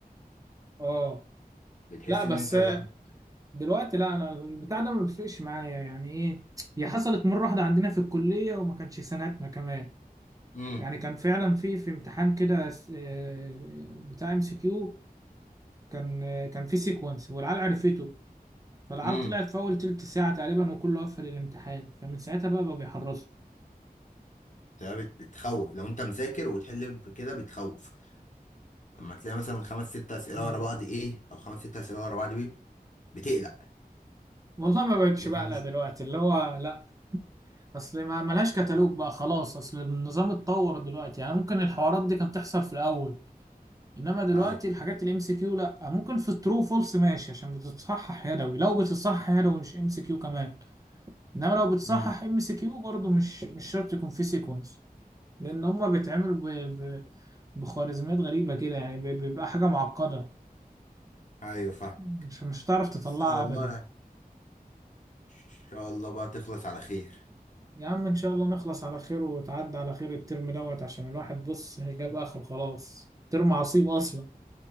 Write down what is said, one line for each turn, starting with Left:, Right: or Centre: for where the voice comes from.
Right: اه
Left: بتحس
Right: لا بس
Left: ان انت لا
Right: دلوقتي لا انا البتاع ده ما بيفرقش معايا يعني ايه هي حصلت مرة واحدة عندنا في الكلية وما كانش سنتنا كمان
Left: امم
Right: يعني كان فعلا في في امتحان كده س- آه، بتاع ام سي كيو كان آه، كان في سيكونس والعيال عرفته فالعيال
Left: امم
Right: طلعت في اول تلت ساعه تقريبا وكله قفل الامتحان فمن ساعتها بقى بقى بيحرصوا
Left: بت... بتخوف لو انت مذاكر وبتحل بكده بتخوف لما تلاقي مثلا خمس ست اسئله
Right: مم.
Left: ورا بعض ايه او خمس ست اسئله ورا بعض بي بتقلق
Right: والله ما بقتش
Left: لو
Right: بقلق
Left: انا مش
Right: دلوقتي اللي هو لا اصل ما ملهاش كتالوج بقى خلاص اصل النظام اتطور دلوقتي يعني ممكن الحوارات دي كانت تحصل في الاول انما دلوقتي
Left: ايوه
Right: الحاجات الام سي كيو لا ممكن في الترو فولس ماشي عشان بتتصحح يدوي لو بتتصحح يدوي مش ام سي كيو كمان انما لو بتصحح
Left: امم
Right: ام سي كيو برضه مش مش شرط يكون في سيكونس لان هما بيتعملوا ب... ب... بخوارزميات غريبه كده يعني بي- بيبقى حاجه معقده
Left: ايوه فاهم
Right: مش مش هتعرف تطلعها
Left: بس على الله
Right: ابدا
Left: يعني ان شاء الله بقى تخلص على خير
Right: يا عم ان شاء الله نخلص على خير وتعدي على خير الترم دوت عشان الواحد بص جاب اخر خلاص ترم عصيب اصلا